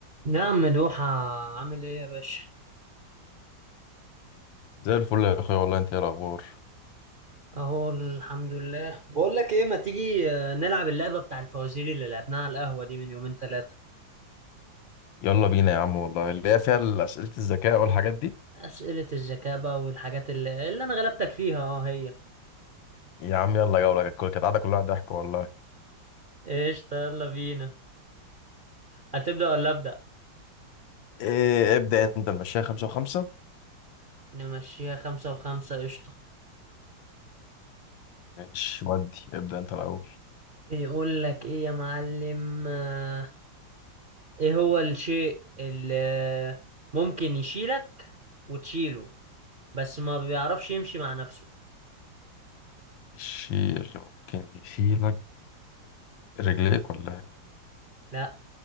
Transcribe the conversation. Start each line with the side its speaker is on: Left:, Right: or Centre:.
Right: نعم مدوحة عامل ايه يا باشا؟
Left: زي الفل يا اخويا والله انت ايه الاخبار
Right: اهو الحمد لله بقول لك ايه ما تيجي آه، نلعب اللعبة بتاع الفوازير اللي لعبناها على القهوة دي من يومين ثلاثة
Left: يلا بينا يا عم والله اللي هي فيها اسئله الذكاء والحاجات دي
Right: أسئلة الذكاء بقى والحاجات اللي, اللي انا غلبتك فيها اه هي
Left: يا عم يلا جوله كانت كانت قاعده كلها ضحك والله
Right: قشطة يلا بينا هتبدأ ولا أبدأ؟
Left: إيه ابدا انت المشاية خمسة وخمسة
Right: نمشيها خمسة وخمسة قشطة
Left: ماشي ودي ابدا انت الاول
Right: بيقول لك ايه يا معلم آه، ايه هو الشيء اللي ممكن يشيلك وتشيله بس ما بيعرفش يمشي مع نفسه
Left: الشيل ممكن يشيلك رجليك ولا
Right: لا